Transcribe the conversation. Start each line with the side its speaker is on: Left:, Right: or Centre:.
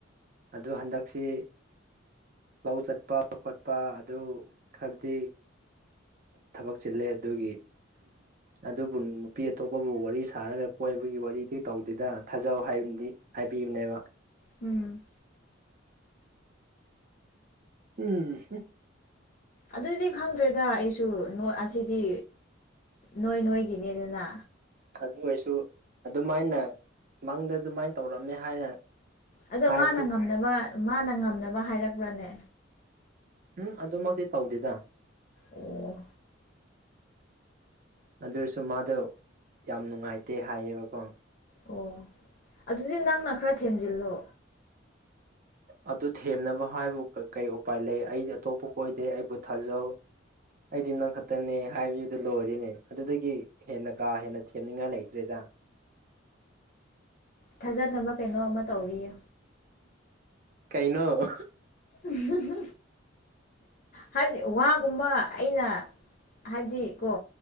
Right: ꯑ ꯍꯟꯗꯛꯁꯤ ꯂꯧ ꯆꯠꯄ ꯈꯣꯠꯄ ꯑꯗꯨ ꯈꯕꯗꯤ ꯊꯕꯛ ꯆꯤꯜꯂꯦ ꯑꯗꯨꯒꯤ ꯑꯗꯨꯕꯨ ꯅꯨꯄꯤ ꯑꯇꯣꯞꯄꯕꯨ ꯋꯥꯔꯤ ꯁꯥꯔꯒ ꯀꯣꯏꯕꯒꯤ ꯋꯥꯔꯤꯗꯤ ꯇꯧꯗꯦꯗ ꯊꯥꯖꯧ ꯍꯥꯏꯕꯗꯤ ꯍꯥꯏꯕꯤꯕꯅꯦꯕ
Left: ꯎꯝ
Right: ꯎꯝ
Left: ꯑꯗꯨꯗꯤ ꯈꯪꯗ꯭ꯔꯦꯗ ꯑꯩꯁꯨ ꯑꯁꯤꯗꯤ ꯅꯣꯏ ꯅꯣꯏꯒꯤꯅꯦꯗꯅ
Right: ꯑꯗꯨ ꯑꯣꯏꯔꯁꯨ ꯑꯗꯨꯃꯥꯏꯅ ꯃꯪꯗ ꯑꯗꯨꯃꯥꯏꯅ ꯇꯧꯔꯝꯃꯦ ꯍꯥꯏꯅ
Left: ꯑꯗꯣ
Right: ꯍꯥꯏꯕꯗꯨ
Left: ꯃꯥꯅ ꯉꯝꯅꯕ ꯃꯥꯅ ꯉꯝꯅꯕ ꯍꯥꯏꯔꯛꯄ꯭ꯔꯅꯦ
Right: ꯎꯝ ꯑꯗꯨꯃꯛꯇꯤ ꯇꯧꯗꯦꯗ
Left: ꯑꯣ
Right: ꯑꯗꯨꯁꯨ ꯃꯥꯗꯣ ꯌꯥꯝ ꯅꯨꯡꯉꯥꯏꯇꯦ ꯍꯥꯏꯌꯦꯕꯀꯣ
Left: ꯑꯣ ꯑꯗꯨꯗꯤ ꯅꯪꯅ ꯈꯔ ꯊꯦꯟꯖꯤꯜꯂꯣ
Right: ꯑꯗꯨ ꯊꯦꯝꯅꯕ ꯍꯥꯏꯕꯨ ꯀꯩ ꯎꯄꯥꯏ ꯂꯩ ꯑꯩꯗꯤ ꯑꯇꯣꯞꯄ ꯀꯣꯏꯗꯦ ꯑꯩꯕꯨ ꯊꯥꯖꯧ꯫ ꯑꯩꯗꯤ ꯅꯪ ꯈꯛꯇꯅꯦ ꯍꯥꯏꯕꯗꯨꯗ ꯂꯣꯏꯔꯤꯅꯦ ꯑꯗꯨꯗꯒꯤ ꯍꯦꯟꯅ ꯀꯥ ꯍꯦꯟꯅ ꯊꯦꯝꯅꯤꯡꯉꯥꯏ ꯂꯩꯇ꯭ꯔꯦꯗ
Left: ꯊꯥꯖꯅꯕ ꯀꯩꯅꯣ ꯑꯃ ꯇꯧꯕꯤꯌꯨ꯫
Right: ꯀꯩꯅꯅꯣ
Left: ꯎꯃꯍꯨ ꯍꯥꯏꯕꯗꯤ ꯋꯥꯒꯨꯝꯕ ꯑꯩꯅ ꯍꯥꯏꯕꯗꯤ ꯀꯣ